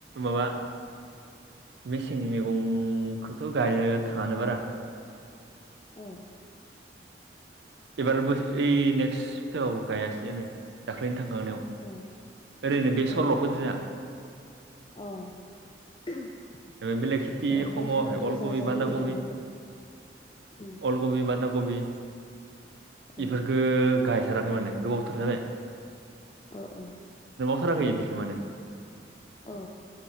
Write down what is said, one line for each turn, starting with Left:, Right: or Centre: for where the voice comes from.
Right: माबा मेसेंनि मैगंखौथ' गायनो थाङानो बारा
Left: औ।
Right: एबारबो ओइ नेक्स्टथाव गायासैनो दाख्लै थांखांनायाव
Left: औ
Right: ओरैनो बेसरल'फोदो
Left: औ
Right: जोंङा
Left: <unintelligible>
Right: बेलग खेथि
Left: औ
Right: खमाव
Left: बेसराबो
Right: अलकबि
Left: जाजायो
Right: बान्दा कबि
Left: एवनानै उम
Right: अलगबि बान्धाकबि
Left: औ
Right: बेफोरखौ गायथाराखै माने गोबावथार जाबाय।
Left: अ औ
Right: थाराखै इदिखो माने
Left: औ